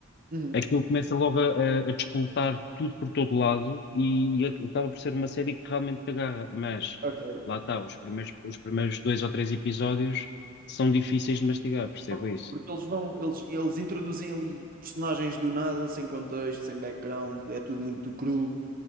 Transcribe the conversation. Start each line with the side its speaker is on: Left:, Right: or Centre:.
Right: Uhum.
Left: aquilo começa logo a, a, a despoletar tudo por todo lado e, e ac- acaba por ser uma série que realmente te agarra, mas
Right: Ok.
Left: lá está, os primeiros, os primeiros dois ou três episódios são difíceis de mastigar, percebo
Right: Ok.
Left: isso.
Right: Porque eles vão, eles, eles introduzem ali personagens do nada, sem contexto, sem background, é tudo muito cru.